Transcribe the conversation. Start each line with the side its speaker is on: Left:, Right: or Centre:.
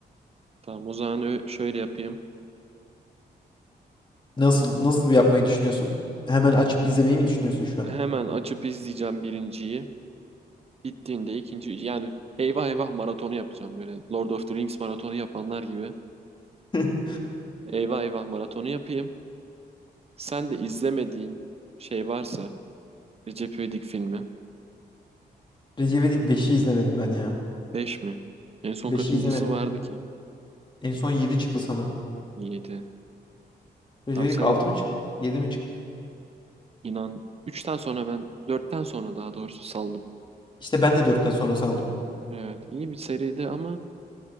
Right: Tamam o zaman ö- şöyle yapayım.
Left: Nasıl
Right: E,
Left: nasıl bir yapmayı düşünüyorsun? Hemen açıp izlemeyi mi düşünüyorsun şu an?
Right: Hemen açıp izleyeceğim birinciyi. Bittiğinde ikinci yani eyvah eyvah maratonu yapacağım böyle. Lord of the Rings maratonu yapanlar gibi.
Left: <laughs>
Right: Eyvah eyvah maratonu yapayım. Sen de izlemediğin şey varsa Recep İvedik filmi.
Left: Recep İvedik 5'i izlemedim ben ya.
Right: 5 mi? En son
Left: beşi
Right: kaçıncısı
Left: izlemedim.
Right: vardı ki?
Left: En son 7 çıktı sanırım.
Right: 7.
Left: Recep
Right: Tamam
Left: İvedik
Right: sen
Left: 6 mı çıktı? 7 mi çıktı?
Right: İnan üçten sonra ben dörtten sonra daha doğrusu saldım.
Left: İşte ben de dörtten sonrası aldım.
Right: Evet iyi bir seriydi ama